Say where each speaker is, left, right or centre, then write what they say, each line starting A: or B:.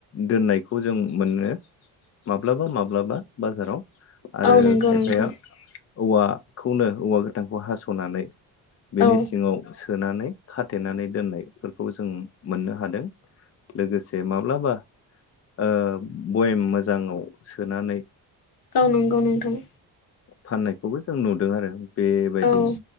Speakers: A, on the left (about 35°); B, on the left (about 50°).
A: दोननायखौ जों मोनो माब्लाबा माब्लाबा बाजाराव आरो
B: औ नंगौ
A: खायफाया
B: नोंथां
A: औवाखौनो औवा गोथांखौ हास'नानै बेनि
B: औ
A: सिङाव सोनानै खाथेनानै दोननायफोरखौ जों मोननो हादों जों लोगोसे माब्लाबा ओ भयेम मोजांङाव सोनानै
B: औ नंगौ नोंथां
A: फाननायखौबो जों नुदों आरो बेबायदिनो
B: औ